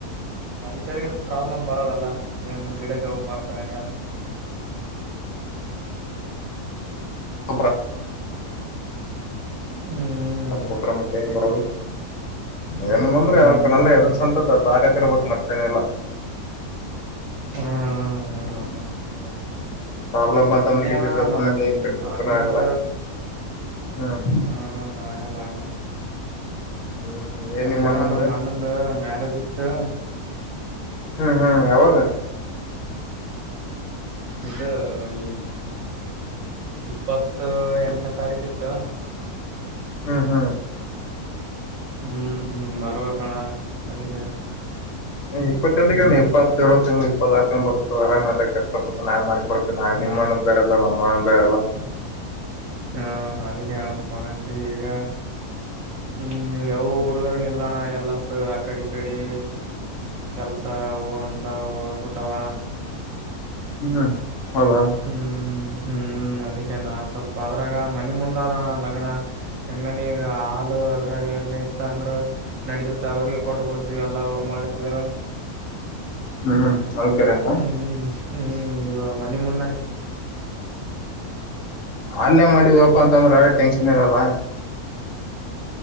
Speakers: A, on the right; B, on the left.
A: ಮನಷ್ಯರಿಗೆ ಪ್ರಾಬ್ಲಮ್ ಬರದಲ್ಲ ಏನ್ ಗಿಡಕ್ಕೆ ಹೋಗ ಬರ್ತವ ಏನ್
B: <unintelligible>
A: ಹ್ಮ್
B: ಮತ್ತೆ ಬುಟ್ರೆ ಮತ್ತೆ ಇಲ್ಲಿ ಬರಲ್ಲ ಏನ್ ಬಂದ್ರೆ
A: ಹ್ಮ್
B: <unintelligible> ಹೆದ್ರಸಂತಪ್ಪ ತಾಕತ್ ಇರ್ಬೇಕ್ ಮತ್ತನೆಲ್ಲ
A: ಹಾ ಇರುವ
B: ಹ್ಮ್ ಪ್ರಾಬ್ಲಮ್ ಬಂತಂದ
A: ಅಣ್ಣ
B: ಸುಮನೆ
A: ನಮ್
B: ಕೈ ಕಟ್ಟಿ ಕುಂತರ
A: ಅಣ್ಣಂದ
B: ಆಗಲ್ಲ ಹ್ಮ್
A: ಹ್ಮ್ ಆಗಲ್ಲ ಆಗಲ್ಲ
B: ಹ್ಮ್ ಏನ್
A: ಅದೇಣ್ಣ
B: ನಿಮ್ಮ ಅಣ್ಣಂದು
A: ನಮ್ ಮಣ್ಣಂದು ಮ್ಯಾರೇಜ್ ಇತ್ತು
B: ಹ್ಮ್ ಹ್ಮ್ ಯಾವಾಗ
A: ಇದು <inaudible> ಇಪ್ಪತ್ ಎಂಟನೇ ತಾರೀಕ ಇತ್ತು
B: ಹ್ಮ್ ಹ್ಮ್
A: ಹ್ಮ್ ಬರ್ಬೇಕಣ್ಣ ಅದಿಕ್ಕೆ
B: ಇಪ್ಪಟೆಂತಕ ಇಪ್ಪತ್ತೆೇಳಂಗ ಇಪ್ಪತ್ತರ್ಕಂಗ ಬರುತ್ತ ಆರಾಮ <inaudible> ಕೊಡ್ತ ನನನ್
A: ಹಾ
B: ನಿಮ್ಮ ಅಣ್ಣಂದು ಬೇರೆಯಲ್ಲ ನಮ್ಮ ಅಣ್ಣಂದು ಬೇರೆಯಲ್ಲ <unintelligible>
A: ಹಾ ಅದಿಕೆ ಅಣ್ಣ ಫೋನ್ ಹಚ್ಚಿ ಈಗ ಹ್ಮ್ ಯಾವ ಹುಡುಗೆಲ್ಲ ಆ ಕಡೆ ಈ ಕಡೆ ಕೆಲ್ಸ ಅವು ಅಂತ ಹೋಗ್ಬಿತವಾ
B: ಹ್ಮ್ ಹೌದಾ
A: ಹ್ಮ್ ಹ್ಮ್ ಅದಿಕೆ ನನ್ ಸ್ವಲ್ಪ ಅದು ಇವಾಗ ಮನಿ ಮುಂದ್ ಅದಣ್ಣ ಲಗ್ನ ಹೆಂಗನ ಈಗ ಹಾಲು ಅದ್ರಾಗ ಎಲ್ಲಿ ಇತ್ತ ಅಂದ್ರ ನಡಿತತ್ತ ಅವ್ರಿಗೆ ಕೊಟ್ ಬಿಡತಿವಿ ಎಲ್ಲಾ ಅವರು ಮಾಡ್ತಿದ್ರ
B: ಹ್ಮ್ <unintelligible>
A: ಹ್ಮ್ ಹ್ಮ್ ಈ ಮನಿ ಮುಂದನೆ
B: ಹಾಲ್ ಮಾಡಿದ್ವಪ್ಪಾ ಅಂತಂದ್ರೆ ಟೆನ್ಷನ್ ಇರಲ್ಲ